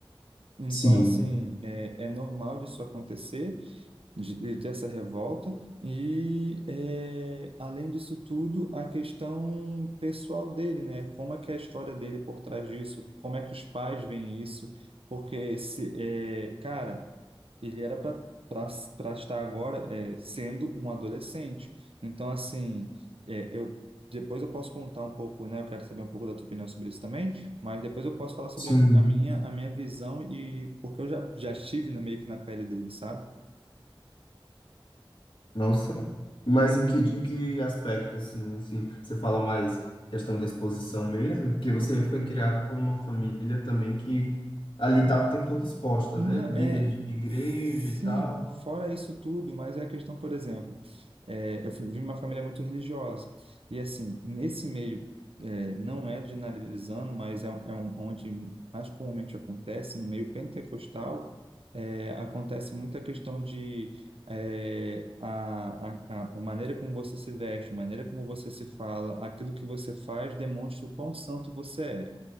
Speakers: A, on the right; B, on the left.
A: Então,
B: Sim,
A: assim, é, é normal disso acontecer, de, de ter essa revolta, e é, além disso tudo, a questão pessoal dele, né? Como é que é a história dele por trás disso? Como é que os pais veem isso? Porque, se, é, cara, ele era para estar agora é, sendo um adolescente. Então, assim, é, eu depois eu posso contar um pouco, né? Eu quero saber um pouco da tua opinião sobre isso também, mas depois eu posso falar sobre
B: sim.
A: a, mi- a minha a minha visão e porque eu já, já estive na, meio que na pele dele, sabe?
B: Nossa, Mas em que, de em que aspecto, assim, assim, você fala mais questão da exposição mesmo? Porque você foi criado por uma família também que ali estava o tempo todo exposta,
A: Não,
B: né? Líder
A: é,
B: de igreja
A: sim,
B: e tal.
A: fora isso tudo, mas é a questão, por exemplo, é, eu fui- vim de uma família muito religiosa, e assim, nesse meio, é, não é generalizando, mas é, um- é um- onde mais comumente acontece, no meio pentecostal, é, acontece muita questão de é, a, a, a maneira como você se veste, a maneira como você se fala, aquilo que você faz demonstra o quão santo você é